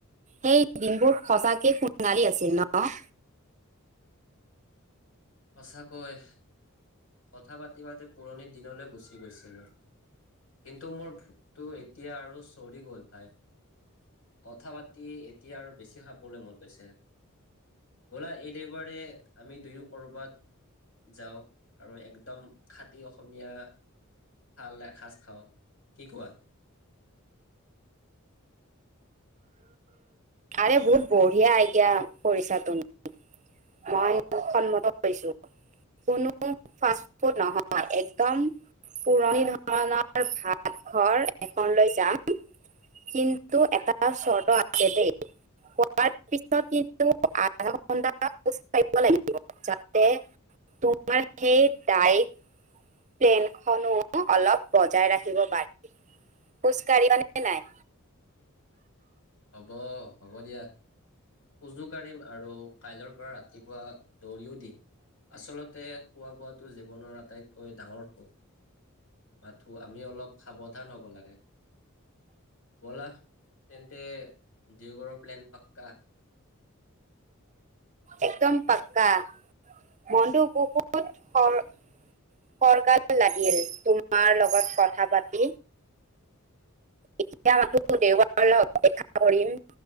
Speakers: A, on the right (about 35°); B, on the left (about 65°).
A: সেই দিনবোৰ সচাঁকে সণালী আছিল ন'।
B: সঁচাকৈ কথা পাতি পাতি পুৰণি দিনলৈ গুচি গৈছিলোঁ। কিন্তু, মোৰ ভোকটো এতিয়া আৰু চৰি গ'ল ভাই, কথা পাতি এতিয়া আৰু বেছি খাবলৈ মন গৈছে। বোলা এই দেওবাৰে আমি দুয়ো কৰ'বাত যাওঁ আৰু একদম খতি অসমীয়া ভাল এসাজ খাওঁ। কি কোৱা?
A: আৰে বহুত বঢ়িয়া আইদিয়া কৰিছা তুমি। মই সন্মত হৈছোঁ। কোনো ফাষ্ট ফুড নহয়, একদম পুৰণি ধৰণৰ ভাত ঘৰ এখন লৈ যাম। কিন্তু, এটা চৰ্ত আছে দেই, খোৱাৰ পিছত কিন্তু আধা ঘন্টা লাগিব যাতে তোমাৰ সেই দাই প্লেনখনো অলপ বজাই ৰাখিব পাৰি। খোজ কাঢ়িবানে নাই?
B: হ'ব, হ'ব দিয়া। খোজো কাঢ়িম আৰু কাইলৈৰ পৰা ৰাতিপুৱা দৌৰিও দিম। আচলতে, খোৱা বোৱাটো জীৱনৰ আটাইতকৈ ডাঙৰ সুখ। মাথো আমি অলপ সাৱধান হ'ব লাগে ব'লা। <unintelligible> দেওবাৰৰ প্লেন পাক্কা।
A: একদম পাক্কা। মনটো বহুত ফৰকাল লাগিল তোমাৰ লগত কথা পাতি। এতিয়া মাথোঁ দেওবাৰলৈ অপেক্ষা কৰিম।